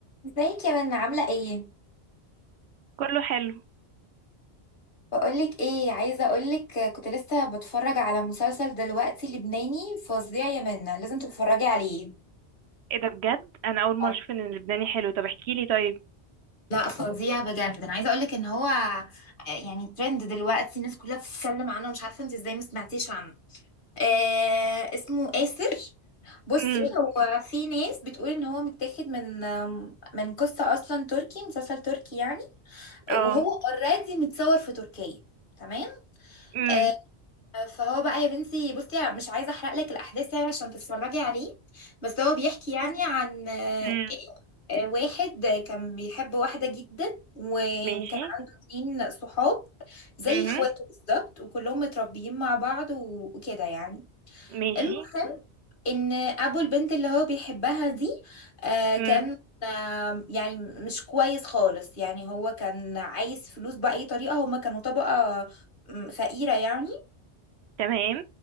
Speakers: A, on the left; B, on the right.
A: ازيك يا منى عاملة ايه؟
B: كله حلو
A: بقولك ايه عايزة اقولك كنت لسه بتفرج على مسلسل دلوقتي لبناني فظيع يا منى لازم تتفرجي عليه
B: ايه ده بجد انا اول مره
A: آه.
B: اشوف ان اللبناني حلو طب احكي لي طيب
A: لا فظيع بجد ده انا عايزه اقول لك ان هو آه، يعني ترند دلوقتي الناس كلها بتتكلم عنه مش عارفه انت ازاي ما سمعتيش عنه آه اسمه آسر بصي
B: امم
A: هو في ناس بتقول ان هو متاخد من آم، من قصه اصلا تركي مسلسل تركي يعني
B: اه
A: وهو اوريدي متصور في تركيا تمام
B: امم
A: آه، فهو بقى يا بنتي بصي مش عايزه احرق لك الاحداث يعني عشان تتفرجي عليه بس هو بيحكي يعني عن آه،
B: امم
A: آه، واحد كان بيحب واحده جدا و-
B: ماشي
A: وكان عنده اتنين صحاب زي
B: امم
A: اخواته بالظبط وكلهم متربيين مع بعض و- وكده يعني
B: ماشي
A: المهم ان ابو البنت اللي هو بيحبها دي آه، كان
B: امم
A: آه، يعني مش كويس خالص يعني هو كان عايز فلوس بأي طريقة هما كانوا طبقة م، فقيرة يعني
B: تمام